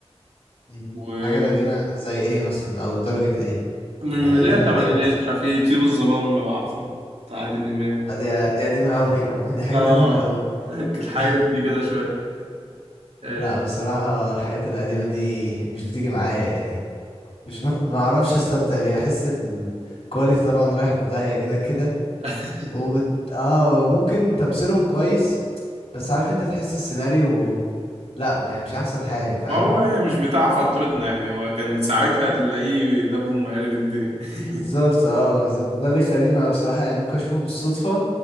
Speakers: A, on the left; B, on the right.
A: مم.
B: و
A: حاجات قديمه زي ايه مثلا او لدرجه ايه
B: من
A: يعني
B: لا
A: قديمه
B: تمانينات
A: لامتى
B: مش عارف ايه طيور الظلام لو عارفه بتاع عادل امام
A: دي دي قديمه قوي <laughs> دي حاجات
B: اه
A: قديمه قوي
B: الحاجات
A: <laughs>
B: دي كده شويه إيه.
A: لا بصراحه الحاجات القديمه دي مش بتيجي معايا يعني مش <laughs> ما ما اعرفش استمتع بيها بحس الكواليتي طبعا رايح في داهيه كده كده
B: <laughs>
A: و... اه ممكن تمثيلهم كويس بس عارف انت تحس السيناريو لا يعني مش احسن حاجه فاهم
B: ما هو هي مش بتاع فترتنا يعني هو كان ساعتها تلاقيه دب أم قلب الدنيا <laughs>
A: بالظبط اه بالظبط ده اللي يخليني ما- بصراحة يعني ممكن اشوفه بالصدفة